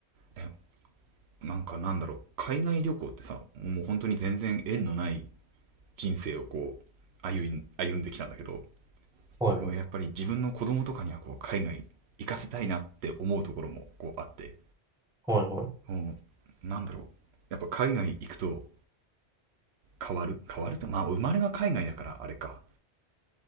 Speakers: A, on the right; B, in the centre.
A: え、なんかなんだろう。海外旅行ってさ、もう本当に全然縁のない人生をこう、歩ん、歩んできたんだけど、
B: はいはい。
A: もうやっぱり自分の子供とかにはこう海外行かせたいなって思うところもこうあって、
B: はいはい。
A: もうなんだろう。やっぱ海外行くと変わる変わると、まあ生まれが海外だからあれか。